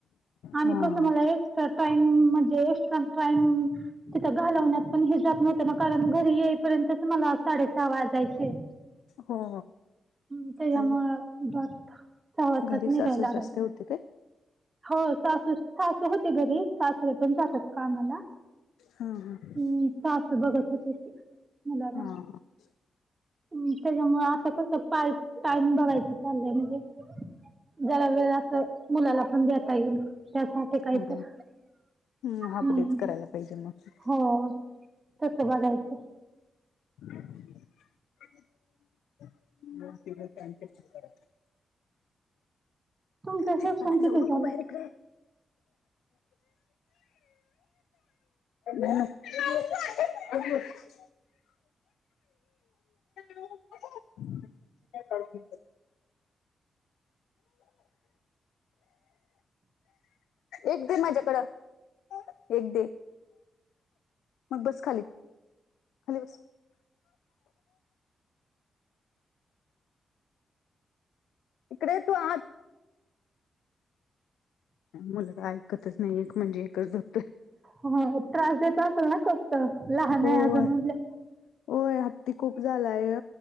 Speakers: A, on the right; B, on the left.
A: आणि
B: हा
A: कसं
B: हा
A: मला एक टाइम म्हणजे एक टाइम तिथं घालवण्यात पण हे जात नव्हत ना कारण घरी येईपर्यंतच मला साडेसहा वाजायचे.
B: हो.
A: हम त्याच्यामुळ
B: आणि
A: बत सहा वाजताच
B: घरी सासू
A: निघाय लागयचं.
B: सासरे होते काय
A: हो सासू सासू होती घरी. सासरे पण जातात कामाला.
B: हा हा
A: हम् सासू बघत होतीत मुलाला.
B: हा हा
A: हम्. त्याच्यामुळे आता कस पार्ट टाईम बघायच चाललंय म्हणजे जरा वेळ ला अस मुलाला पण घेता येईल त्यासाठी काहीतर
B: हा हम् हाप
A: हम्म
B: डेच करायला पाहिजे मग.
A: हो तसं बघायचं.
B: <unintelligible>
A: तुमचं
B: चित्ता
A: शिक्षण
B: आला
A: किती
B: जाऊ नको
A: झालं?
B: बाहेर इकड ये. <unintelligible> <unintelligible> बसायचं <unintelligible> एक दे माझ्याकडं. आ. एक दे. मग बस खाली, खाली बस. इकडे ये तू आ मुलगा ऐकतच नाही, एक म्हणजे एकच धरतोय.
A: हो <unintelligible> लहान
B: होय
A: आहे अजून म्हणल्याव.
B: होय हत्ती खूप झालाय.